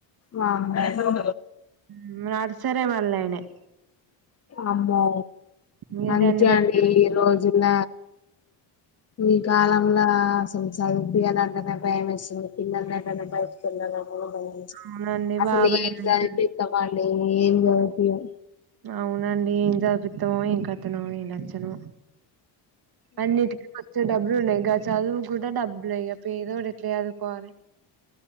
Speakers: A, on the left; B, on the right.
A: వామ్మో
B: ఉమ్ నర్సరే మల్ల అయినాయి
A: అమ్మో
B: ఇగ
A: అందుకే
B: గన్ని పైసలు
A: అండి ఈ రోజున ఈ కాలంలో అసలు సదిపియాలంటేనే భయం ఎస్తుంది పిలలంటనే బయ్ ఉమ్
B: అవునండి
A: అసలు
B: బాబాయ్
A: ఏమి
B: అంట
A: సదిపిస్తామండి ఏమి సదిపియం
B: అవునండి ఏం జదిపితమో ఏం కథనో ఏం నచ్చను అన్నిటి కొంచెం డబ్బులు ఉన్నాయిగా చదువు కూడా డబ్బులు ఇగ పెదోడు ఎట్లా చదువుకోవాలి